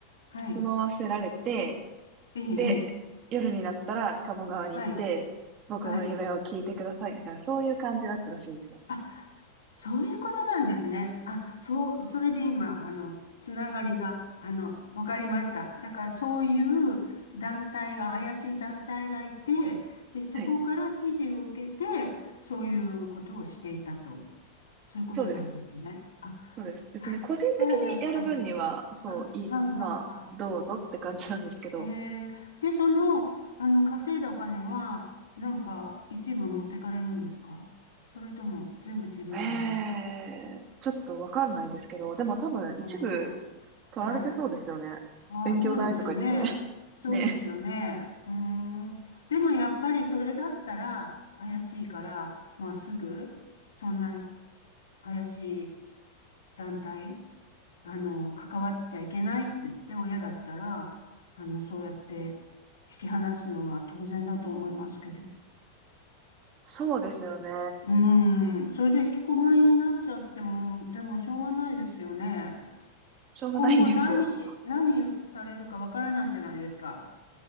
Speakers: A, on the left; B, on the right.
A: はい、
B: 住まわせられて、
A: ええ、ええ、
B: で、夜になったら鴨川に行って、
A: はい、
B: 僕の夢を聞いてくださいみたいな、
A: はい。
B: そういう感じだったらしいんですよ。
A: あ、そういうことなんですね。あ、そう、それで今、あの、つながりが、あの、わかりました。だから、そういう団体が、怪しい団体がいて、で、そこから指示を受けて、
B: はい。
A: そういうことをしていたと。そういうことなんですね。
B: そうです。
A: あ、
B: そうです。別に個人的にやる分には、
A: だったら、やっぱり、
B: そう、
A: あ、
B: いい、
A: あ、あ、
B: まあ、どうぞって感じなんですけど、
A: あ、ああええで、その、あの、稼いだお金は、なんか、一部持ってかれるんですかそれとも、全部自分のもの
B: ええちょっとわかんないですけど、
A: ですか
B: でも多分一部
A: あ
B: 取られてそうですよね。
A: あ、はい。ああ、
B: 勉強代とか言って。
A: そうですよね。
B: <laughs>
A: そうですよね。
B: ね。
A: うーん。でも、やっぱり、それだったら、怪しいから、まあ、すぐ、そんな、怪しい団体あの、関わっちゃいけないって言って親だったら、あの、そうやって引き離すのは当然だと思いますけど。
B: そうですよね。
A: うーん、それで引きこもりになっちゃっても、でもしょうがないですよね。
B: しょうがないんですよ。
A: 今後何、何されるかわからないじゃないですか。